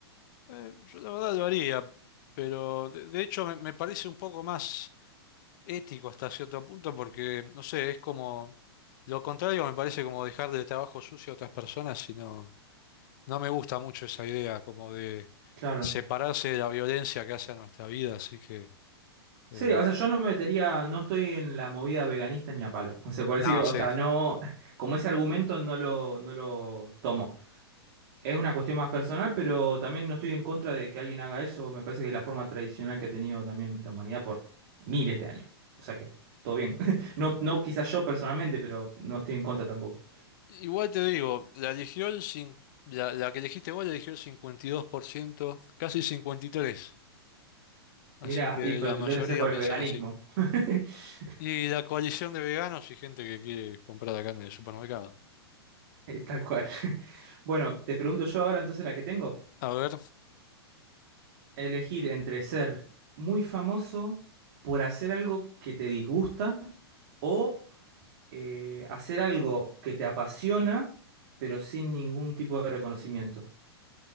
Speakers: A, on the left (about 50°); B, on the right (about 50°).
A: Eh, yo la verdad lo haría, pero de, de hecho me, me parece un poco más ético hasta cierto punto porque, no sé, es como, lo contrario me parece como dejarle trabajo sucio a otras personas y no, no me gusta mucho esa idea como de
B: Claro.
A: separarse de la violencia que hace a nuestra vida, así que,
B: Sí,
A: eh,
B: o sea, yo no me metería, no estoy en la movida veganista ni a palo. O sea, por decir,
A: nada,
B: o
A: sí.
B: sea, no, como ese argumento no lo, no lo tomo. Es una cuestión más personal, pero también no estoy en contra de que alguien haga eso. Me parece que es la forma tradicional que ha tenido también la humanidad por miles de años. O sea que, todo bien. <laughs> No, no quizás yo personalmente, pero no estoy en contra tampoco.
A: Igual te digo, la eligió el cin- la, la que elegiste vos la eligió el 52%, casi 53%.
B: Mira,
A: Así que
B: y pues
A: la
B: debe
A: mayoría
B: ser por
A: piensan
B: el veganismo.
A: así.
B: <laughs>
A: Y la coalición de veganos y gente que quiere comprar la carne en el supermercado.
B: Tal cual. Bueno, te pregunto yo ahora entonces la que tengo.
A: A ver.
B: elegir entre ser muy famoso por hacer algo que te disgusta o eh, hacer algo que te apasiona, pero sin ningún tipo de reconocimiento.